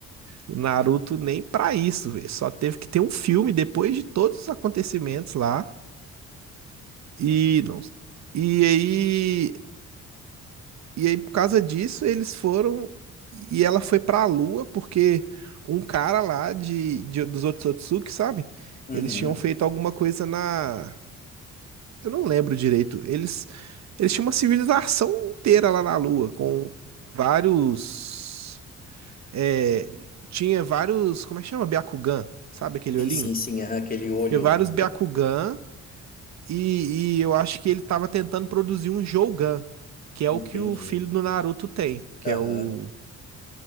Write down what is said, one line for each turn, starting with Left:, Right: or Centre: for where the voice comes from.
Right: O Naruto nem pra isso, velho. Só teve que ter um filme depois de todos os acontecimentos lá. E não. E aí, e aí por causa disso eles foram e ela foi pra Lua porque um cara lá de, de dos Otsutsuki, sabe?
Left: Uhum.
Right: Eles tinham feito alguma coisa na Eu não lembro direito. Eles, eles tinham uma civilização inteira lá na Lua, com vários. é, tinha vários. Como é que chama? Byakugan, sabe aquele
Left: Sim,
Right: olhinho?
Left: sim, sim, aham, aquele olho
Right: Tinha vários
Left: lá.
Right: Byakugan, e, e eu acho que ele tava tentando produzir um Jougan, que é
Left: Entendi.
Right: o que o filho do Naruto tem, que
Left: Aham.
Right: é o.